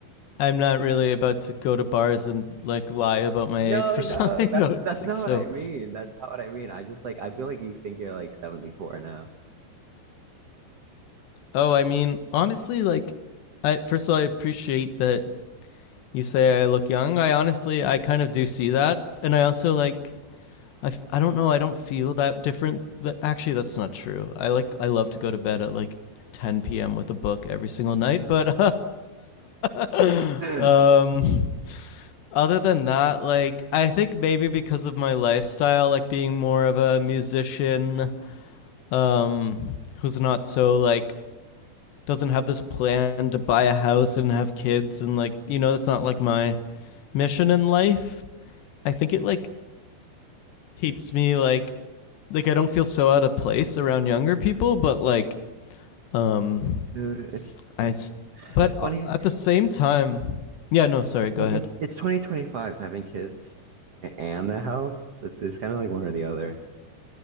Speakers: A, on the left; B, on the right.
A: I'm not really about to go to bars and like lie about my age
B: No,
A: for
B: no,
A: <laughs> some you
B: that's
A: know,
B: that's
A: it's like
B: not
A: so
B: what I mean. That's not what I mean. I just like I feel like you think you're like 74 now.
A: oh I mean honestly like I first of all I appreciate that you say I look young. I honestly I kind of do see that. And I also like I, f- I don't know. I don't feel that different. That actually, that's not true. I like I love to go to bed at like 10 p.m. with a book every single night. But <laughs>
B: <gasps> Dude,
A: um, other than that, like I think maybe because of my lifestyle, like being more of a musician, um, who's not so like doesn't have this plan to buy a house and have kids and like you know that's not like my mission in life. I think it like keeps me like like I don't feel so out of place around younger people, but like um
B: it's
A: I,
B: it's,
A: but
B: it's
A: uh,
B: funny.
A: at the same time, yeah, no, sorry, go
B: It's
A: ahead.
B: it's 2025 having kids and the house. It's it's kind of like one or the other.